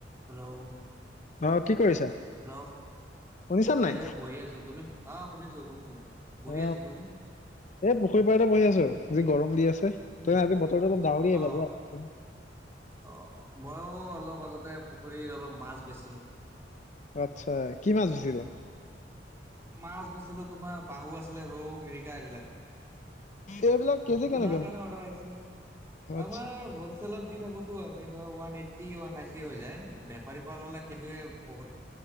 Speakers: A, on the right (about 15°); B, on the left (about 40°).
A: হেল্ল'?
B: অ' কি কৰিছা?
A: হেল্ল'?
B: শুনিছা নাই
A: এ বহি আছো। তুমি? অ' শুনিছো শুনিছো বহি
B: অ
A: আছো। তুমি?
B: এই পুখুৰী পাৰীতে বহি আছো, যি গৰম দি আছে। ত আজি বতৰটো অলপ ডাৱৰীয়াই
A: অহ
B: বাৰু।
A: অ' ময়ো অলপ আগতে পুখুৰীৰত অলপ মাছ বেচিলোঁ।
B: আচ্ছা কি মাছ বেছিলা?
A: মাছ বেচিলো তোমাৰ বাহু আছিলে ৰৌ মিৰিকা এইবিলাক।
B: এইবিলাক কেজি
A: পোনাৰ
B: কেনেকে
A: কাৰণে অৰ্ডাৰ আহিছিলে।
B: আচ্ছা
A: আমাৰ হ'ল চেলত দি থাকোতো, আমি ধৰ ওৱান এইটি ওৱান নাইনটি হৈ যায় বেপাৰীৰ পৰা ল'লে সেইটোৱে বহুত